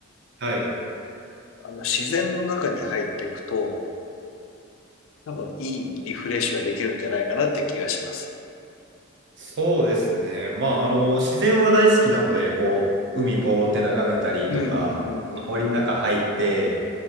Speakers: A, on the right; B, on the left.
A: はい。
B: あの、自然の中に入っていくと、多分いいリフレッシュができるんじゃないかなっていう気がします。
A: そうですね。まあ、
B: うん。
A: あの、自然は大好きなので、こう、海ぼーって眺めたりとか、
B: うんうんうんうん。
A: 森の中入って、